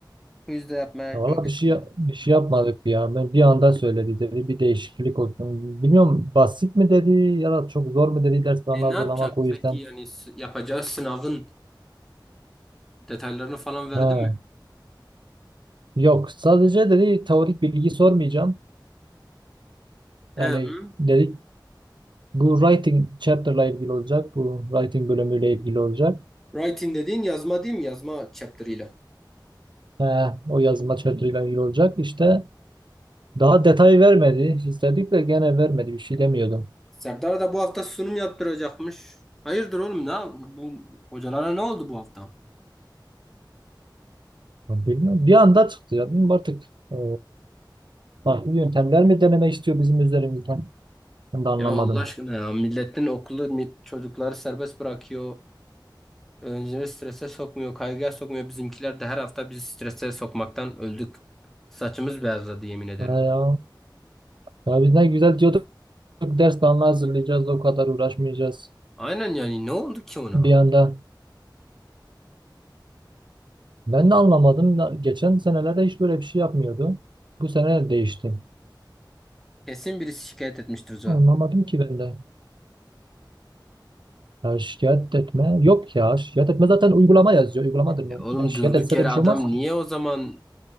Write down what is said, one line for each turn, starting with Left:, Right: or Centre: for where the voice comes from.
Centre: Quiz de yapmaya
Right: Valla
Centre: kalkıştı
Right: bir şey bir şey yapmadık ya. Ben bir anda söyledi dedi. Bir değişiklik olsun. Bilmiyorum basit mi dedi ya da çok zor mu dedi ders planı
Centre: E
Right: hazırlamak
Centre: ne yapacak?
Right: o yüzden.
Centre: Peki yani s- yapacağı sınavın detaylarını falan verdi
Right: Ha.
Centre: mi?
Right: Yok sadece dedi teorik bilgi sormayacağım.
Centre: Hem
Right: Yani dedik bu writing chapter'la ilgili olacak. Bu writing bölümüyle ilgili olacak.
Centre: writing dediğin yazma değil mi? Yazma chapter'ıyla.
Right: Ha, o yazma chapter'la ilgili olacak. İşte Daha detay vermedi. İstedik de gene vermedi. Bir şey demiyordum.
Centre: Serdar da bu hafta sunum yaptıracakmış. Hayırdır oğlum ne? yap- Bu hocalara ne oldu bu hafta?
Right: Ya Bilmiyorum. Bir anda çıktı ya. Bilmiyorum artık e, farklı yöntemler mi deneme istiyor bizim üzerimizden? Ben de anlamadım.
Centre: Ya Allah aşkına ya milletin okulu mi- çocukları serbest bırakıyor. Öğrencileri strese sokmuyor, kaygıya sokmuyor. Bizimkiler de her hafta bizi strese sokmaktan öldük. Saçımız beyazladı yemin ederim.
Right: Ya, ya. Ya biz ne güzel diyorduk. Ders planı hazırlayacağız. O kadar uğraşmayacağız.
Centre: Aynen yani ne oldu ki ona?
Right: Bir anda. Ben de anlamadım. Na- Geçen senelerde hiç böyle bir şey yapmıyordu. Bu sene değişti.
Centre: Kesin birisi şikayet etmiştir zaten.
Right: Anlamadım ki ben de. Ya şikayet etme. Yok ya. Şikayet etme zaten uygulama yazıyor. Uygulamadır.
Centre: E
Right: o.
Centre: oğlum
Right: Yani şikayet
Centre: durduk
Right: etse
Centre: yere
Right: de bir
Centre: adam
Right: şey olmaz ki.
Centre: niye o zaman